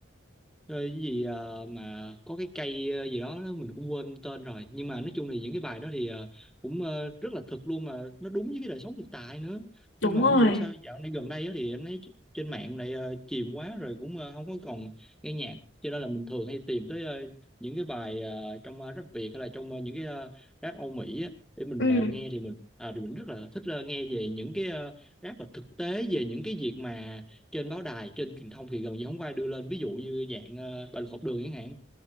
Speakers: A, in the centre; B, on the left.
A: Rồi cái gì ờ, mà có cái cây ờ, gì đó, đó mình cũng quên tên rồi nhưng mà nói chung thì những cái bài đó thì ờ, cũng ờ, rất là thực luôn mà nó đúng với cái đời sống thực tại nữa
B: đúng
A: nhưng mà
B: rồi
A: không hiểu sao dạo này gần đây á thì anh ấy trên mạng lại ờ, chìm quá rồi cũng ờ, không có còn nghe nhạc cho nên là mình thường hay tìm tới ờ, những cái bài ờ, trong ờ, rap Việt hay là trong ờ, những cái ờ, rap Âu Mỹ á, để mình
B: ừ
A: ờ, nghe thì mình à, thì mình rất là thích ờ, nghe về những cái ờ, rap mà thực tế về những cái việc mà trên báo đài trên truyền thông thì gần như không có ai đưa lên ví dụ như dạng, ờ, bạo lực học đường chẳng hạn.